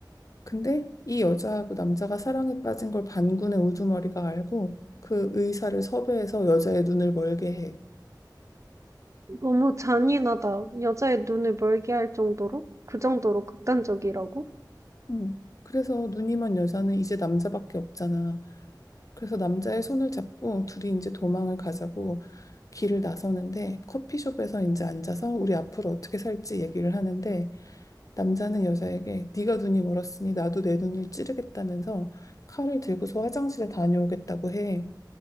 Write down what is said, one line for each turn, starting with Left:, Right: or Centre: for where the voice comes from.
Left: 근데 이 여자하고 남자가 사랑에 빠진 걸 반군의 우두머리가 알고 그 의사를 섭외해서 여자의 눈을 멀게 해.
Right: 너무 잔인하다. 여자의 눈을 멀게 할 정도로? 그 정도로 극단적이라고?
Left: 음. 그래서 눈이 먼 여자는 이제 남자밖에 없잖아. 그래서 남자의 손을 잡고 둘이 이제 도망을 가자고 길을 나서는데 커피숍에서 이제 앉아서 우리 앞으로 어떻게 살지 얘기를 하는데 남자는 여자에게 네가 눈이 멀었으니 나도 내 눈을 찌르겠다면서 칼을 들고서 화장실에 다녀오겠다고 해.